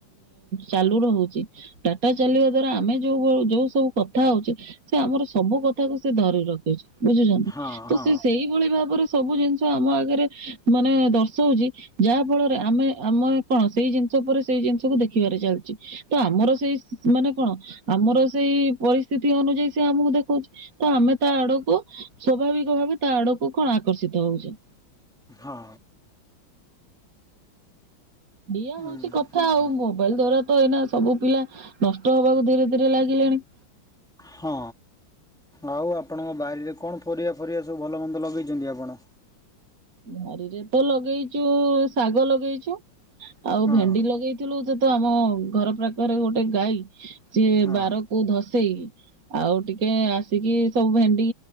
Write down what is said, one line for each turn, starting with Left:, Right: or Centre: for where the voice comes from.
Right: ଚାଲୁ ରହୁଚି। ଡାଟା ଚାଲିବା ଦ୍ଵାରା ଆମେ ଯୋଉ ଯୋଉ ସବୁ କଥା ହୋଉଚେ ସେ ଆମର ସବୁ କଥା କୁ ସେ ଧରି ରଖୁ ବୁଝୁଛନ୍ତି
Centre: ହଁ
Right: ତ
Centre: ହଁ
Right: ସେ ସେଇଭଳି ଭାବରେ ସବୁ ଜିନିଷ ଆମ ଆଗରେ ମାନେ ଦର୍ଶଉଚି। ଯାହା ଫଳରେ ଆମେ ଆମେ କଣ ସେଇ ଜିନିଷ ଉପରେ ସେଇ ଜିନିଷକୁ ଦେଖିବାରେ ଚାଲିଚି। ତ ଆମର ସେଇ ମାନେ କଣ ଆମର ସେଇ ପରିସ୍ଥିତି ଅନୁଯାୟୀ ସେ ଆମକୁ ଦେଖଉଚି। ତ ଆମେ ତା ଆଡକୁ ସ୍ଵାଭାବିକ ଭାବେ ତା ଆଡକୁ କଣ ଆକର୍ଷିତ ହୋଉଚେ।
Centre: ହଁ।
Right: ଦିଆ ହୋଉଚି
Centre: ହୁଁ
Right: କଥା ଆଉ
Centre: ହଁ
Right: ମୋବାଇଲ୍ ଦ୍ଵାରା ତ ଏଇନା ସବୁ ପିଲା ନଷ୍ଟ ହବାକୁ ଧୀରେ ଧୀରେ ଲାଗିଲେଣି।
Centre: ହଁ ଆଉ ଆପଣଙ୍କ ବାଡିରେ କଣ ପରିବା ଫରିବା ସବୁ ଭଲ ମନ୍ଦ ଲଗେଇଛନ୍ତି ଆପଣ?
Right: ବାଡ଼ିରେ ତ ଲଗେଇଚୁ ଶାଗ ଲଗେଇଚୁ ଆଉ
Centre: ହଁ
Right: ଭେଣ୍ଡି ଲଗେଇ ଥିଲୁ ଯେ ତ ଆମ ଘର ପାଖରେ ଗୋଟେ ଗାଈ ସିଏ
Centre: ହଁ
Right: ବାରକୁ ଧସେଇ ଆଉ ଟିକେ ଆସିକି ସବୁ ଭେଣ୍ଡି,